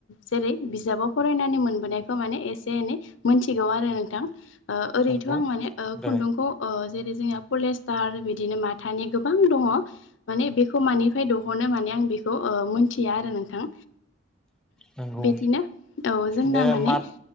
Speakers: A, on the left; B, in the centre.
A: जेरै बिजाबाव फरायनानै मोनबोनायखौ माने एसे एनै मोनथिगौ आरो नोंथां। ओ ओरैथ'
B: नंगौ
A: आं माने ओ
B: दे
A: खुन्दुंखौ ओ जेरै जोंना पलेस्टार बिदिनो माथानि गोबां दङ' माने बेखौ मानिफ्राय दहनो माने आं बेखौ ओ मोनथिया आरो नोंथां।
B: नंगौ
A: बेदिनो औ जोंना
B: बे
A: माने
B: मा